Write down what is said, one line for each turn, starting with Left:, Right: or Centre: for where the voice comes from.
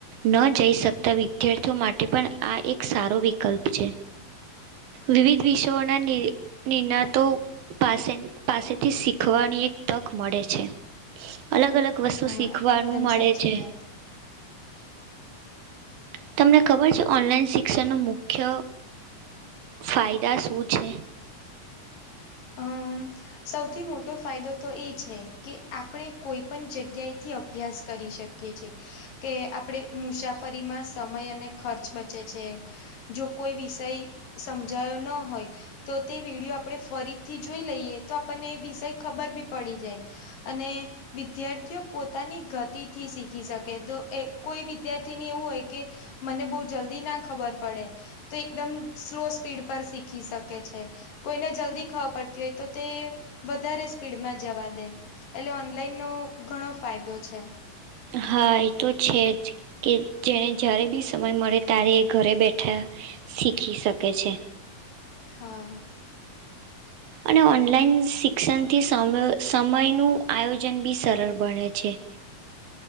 Right: ન જઈ શકતા વિદ્યાર્થીઓ માટે પણ આ એક સારો વિકલ્પ છે. વિવિધ વિષયોના નિણાતો પાસે પાસેથી શીખવાની એક તક મળે છે, અલગ અલગ વસ્તુ
Left: હા
Right: શીખવાનું
Left: એકદમ
Right: મળે
Left: સાચી
Right: છે.
Left: વાત.
Right: તમને ખબર છે ઓનલાઈન શિક્ષણનો મુખ્ય ફાયદા શું છે?
Left: અમ સૌથી મોટો ફાયદો તો એ છે, કે આપણે કોઈ પણ જગ્યાએથી અભ્યાસ કરી શકીએ છે. કે આપણેે મુસાફરીમાં સમય અને ખર્ચ બચે છે. જો કોઈ વિષય સમજાયો ન હોય. તો તે વિડીયો આપણે ફરીથી જોઈ લઈએ તો આપણને વિષય ખબર બી પડી જાય. અને વિદ્યાર્થીઓ પોતાની ગતિથી શીખી શકે તો કોઈ વિદ્યાર્થીને એવું હોય કે. મને બહુ જલ્દી ના ખબર પડે. તો એકદમ સ્લો સ્પીડ પર શીખી શકે છે, કોઈને જલ્દી ખવા પડતી હોય તો તે, વધારે સ્પીડમાં જવા દે એટલે ઓનલાઈનનોો ઘણો ફાયદો છે.
Right: હા એ તો છે જ. કે જેને જ્યારે બી સમય મળે ત્યારે એ ઘરે બેઠા, શીખી શકે છે.
Left: હા.
Right: અને ઓનલાઈન શિક્ષણથી સમ સમયનું આયોજન બી સરળ બને છે.